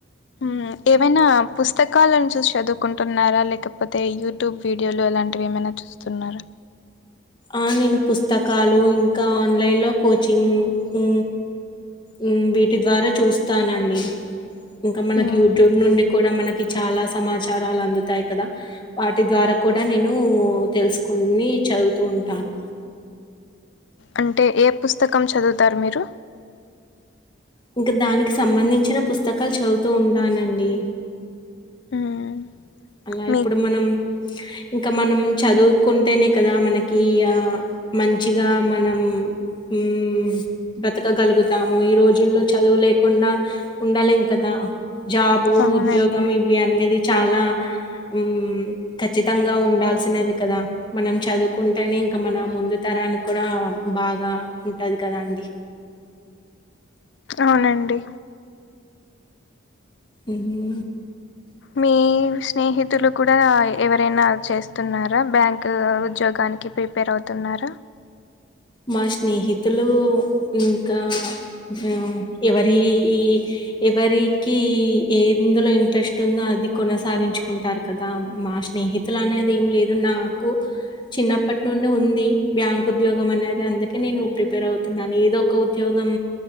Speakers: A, on the left (about 65°); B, on the left (about 25°).
A: ఉ ఏవైనా పుస్తకాలను చూసి చదువుకుంటున్నారా లేకపో పోతే యూట్యూబ్ వీడియోలు అలాంటివి ఏమైన చూస్తున్నరా
B: ఆ నేను పుస్తకాలు ఇంకా ఆన్లైన్ లో కోచింగ్ ఉ ఉ వీటి ద్వారా చూస్తానండి ఇంక మనకి
A: హ్మ్.
B: యూట్యూబ్ నుండి కుడా మనకి చాలా సమాచారాల అందుతాయి కద వాటి ద్వారా కుడనేను తెలుసుకుని చదువుతూ ఉంటాను
A: అంటే ఏ పుస్తకం చదువుతారు మీరు
B: ఇంక దానికి సంబంధించిన పుస్తకాలు చదువుతూ ఉంటానండి
A: హ్మ్.
B: అలా
A: మీ
B: ఇప్పుడు మనం ఇంక మనం చదువుకుంటేనే కదా మనకి ఆ మంచిగా మనం ఊమ్ బ్రతకగలుగుతాము ఈ రోజుల్లో చదువు లేకుండా ఉండలేం కదా జాబు
A: అవునండి.
B: ఉద్యోగం ఇవి అనేది చాలా మ్ ఖచ్చితంగా ఉండాల్సినది కదా మనం చదువుకుంటేనే ఇంకా మన ముందు తరానికి కూడా బాగా ఉంటాది కదా అండి
A: అవునండి.
B: ఉహు
A: మీ స్నేహితులు కూడా ఎవరైనా చేస్త వున్నారా బ్యాంకూ ఉద్యోగానికి ప్రిపేర్ అవుతున్నారా
B: మా స్నేహితులు ఇంకా ఉ ఎవరేయి ఎవరికి ఏందులో ఇంట్రెస్ట్ ఉందో అది కొనసాగించుకుంటారు కదా మా నా స్నేహితులు అనేది ఏం లేదు నాకు చిన్నప్పటి నుండి ఉంది బ్యాంక్ ఉద్యోగం అనేది అందుకే నేను ప్రిపేర్ అవుతున్నాను ఏదో ఒక ఉద్యోగం